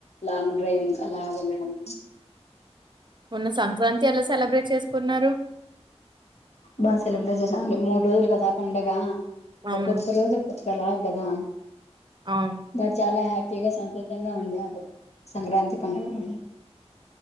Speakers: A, on the left; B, on the right.
A: లాంగ్ డ్రైవింగ్ కి అలా వెళ్ళడం
B: మొన్న సంక్రాంతి ఎలా సెలబ్రేట్ చేసుకున్నారు
A: బాగా సెలబ్రేట్ చేసాం అండి మూడు రోజులు కదా పండగ
B: అవును
A: ఒక్కొక్క రోజు ఒక్కో క్కలాగ కదా
B: అవును
A: బట్ చాలా హ్యాప్ గా సంతోషంగా <inaudible> సంక్రాంతి పండగ రోజు